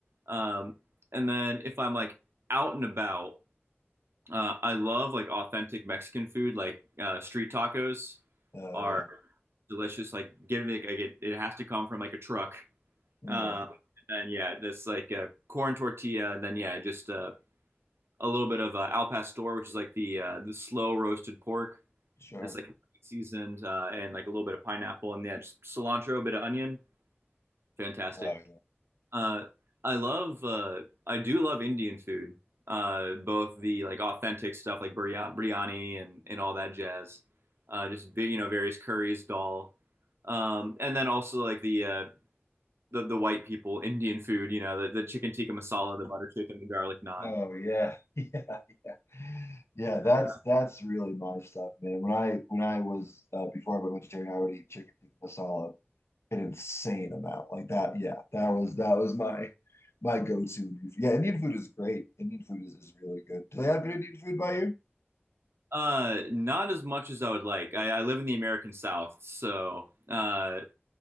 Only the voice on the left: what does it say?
Oh,
yeah.
Yeah.
Sure.
Oh, yeah.
Oh, yeah. <laughs> Yeah. Yeah. That's
that's really my stuff, man. When I when I was uh, before I went vegetarian, I would eat chicken tikka masala an insane amount like that. Yeah. That was that was my my go-to. Indian food. Yeah. Indian food is great. Indian food is, is really good. Do they have good Indian food by you?